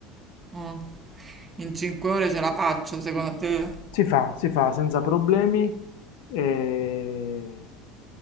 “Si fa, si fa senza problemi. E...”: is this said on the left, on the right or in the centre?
Left